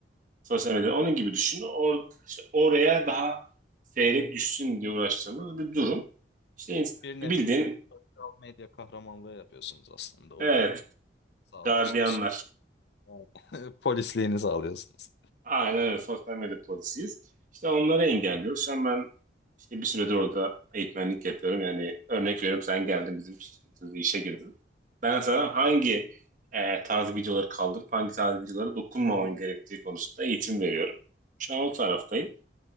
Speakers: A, on the right; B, on the left.
A: sosyal medyada onun gibi düşün. Or, işte oraya daha seyrek düşsün diye uğraştığımız bir durum. İşte ins-
B: Bir nevi
A: bildiğin
B: sosyal medya kahramanlığı yapıyorsunuz aslında. Oranın
A: evet
B: sağlıyorsunuz.
A: gardiyanlar
B: Evet. <laughs> Polisliğini sağlıyorsunuz.
A: Aynen öyle. Sosyal medya polisiyiz. İşte onları engelliyoruz. Şu an ben işte bir süredir orada eğitmenlik yapıyorum. Yani örnek veriyorum sen geldin bizim şirketimizde işe girdin. Ben sana hangi e, tarz videoları kaldırıp hangi tarz videolara dokunmaman gerektiği konusunda eğitim veriyorum. Şu an o taraftayım.